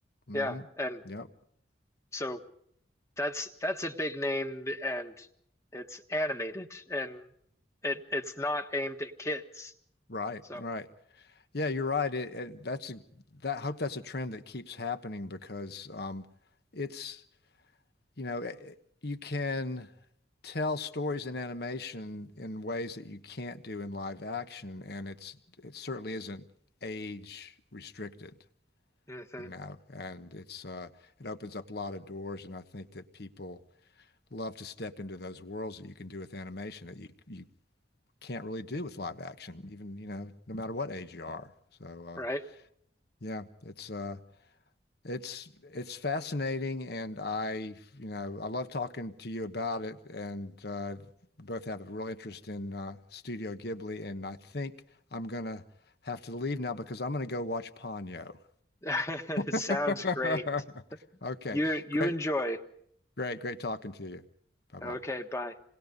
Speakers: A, on the left (about 60°); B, on the left (about 15°).
A: hmm
B: yeah, and
A: Yep.
B: so that's that's a big name, and it's animated, and it it's not aimed at kids.
A: Right.
B: So,
A: Right. Yeah, you're right. It, it that's a, that I hope that's a trend that keeps happening because um it's you know i you can tell stories in animation in ways that you can't do in live action and it's it certainly isn't age restricted,
B: hmm
A: you know, and it's uh it opens up a lot of doors and I think that people love to step into those worlds that you can do with animation that you you can't really do with live action, even, you know, no matter what age you are. So uh
B: right?
A: yeah, it's uh it's it's fascinating and I, you know, I love talking to you about it and uh both have a real interest in uh Studio Ghibli and I think I'm gonna have to leave now because I'm gonna go watch Ponyo.
B: <laughs> Sounds
A: <laughs>
B: great.
A: Okay.
B: You you
A: Great,
B: enjoy.
A: great, great talking to you. Bye bye.
B: Okay, bye.